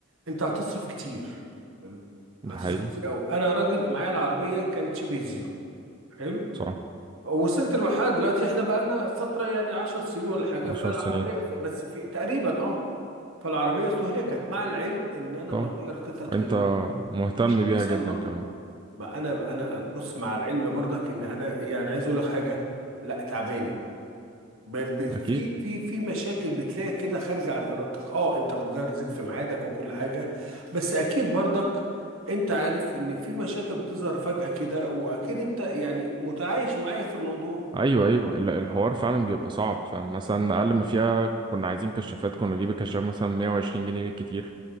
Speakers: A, on the right; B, on the right.
A: انت هتصرف كتير حلو
B: ده
A: هتصرف
B: حقيقي
A: كتير قوي انا راجل معايا العربيه كانت شبه زيرو حلو
B: صح
A: وصلت لمرحله دلوقتي احنا بقالنا فتره يعني 10 سنين ولا حاجه
B: عشر
A: فالعربيه
B: سنين
A: بس في تقريبا اه فالعربيه استهلكت مع العلم ان انا
B: طب
A: بغير قطعه
B: وانت
A: غيار
B: مهتم
A: مش
B: بيها
A: بصلح
B: جدا كمان
A: ما انا انا بص مع العلم برضك ان انا يعني عايز اقول لك حاجه لا تعباني ب- ب- في
B: اكيد
A: في في مشاكل بتلاقي كده خارجه عن ارادتك اه انت بتغير زيت في ميعادك وكل حاجه بس اكيد برضك انت عارف ان في مشاكل بتظهر فجاه كده واكيد انت يعني متعايش معايا في الموضوع
B: ايوه ايوه ال- الحوار فعلا بيبقى صعب فمثلا اقل ما فيها كنا عايزين كشافات كنا نجيب الكشاف مثلا 120 جنيه بالكتير